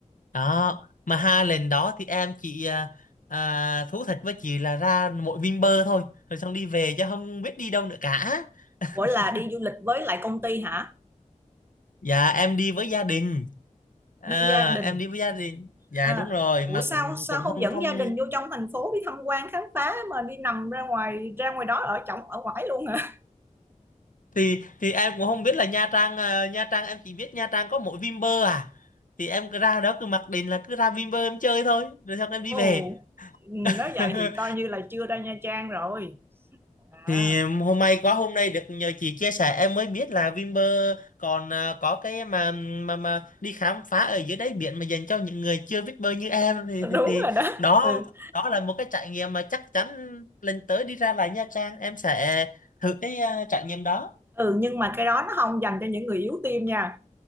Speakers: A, on the left (about 75°); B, on the right (about 15°).
A: Đó, mà hai lần đó thì em chỉ à, à, thú thật với chị là ra mỗi Vinpearl thôi. Rồi xong đi về chứ không biết đi đâu nữa cả. <laughs>
B: Ủa là đi du lịch với lại công ty hả?
A: Dạ, em đi với gia đình. À,
B: Đi gia đình.
A: em đi với gia đình. Dạ
B: À,
A: đúng rồi,
B: ủa
A: mà
B: sao
A: cũng
B: sao
A: cũng
B: không
A: không
B: dẫn
A: không
B: gia đình vô trong thành phố đi tham quan khám phá mà đi nằm ra ngoài ra ngoài đó ở chổng ở ngoài luôn hả?
A: thì thì em cũng không biết là Nha Trang ờ, Nha Trang em chỉ biết Nha Trang có mỗi Vinpearl à thì em cứ ra đó cứ mặc định là cứ ra Vinpearl em chơi thôi rồi xong em đi
B: Ồ,
A: về <laughs>
B: ừ, nói vậy thì coi như là chưa ra Nha Trang rồi. À,
A: thì em- hôm nay quá hôm nay được nhờ chị chia sẻ em mới biết là Vinpearl còn ờ, có cái mà mà mà đi khám phá ở dưới đáy biển mà dành cho những người chưa biết bơi như em thì thì,
B: đúng
A: thì
B: rồi đó.
A: đó
B: Ừ.
A: đó là một cái trải nghiệm mà chắc chắn lần tới đi ra lại Nha Trang em sẽ thử cái ờ, trải nghiệm đó.
B: ừ nhưng mà cái đó nó không dành cho những người yếu tim nha.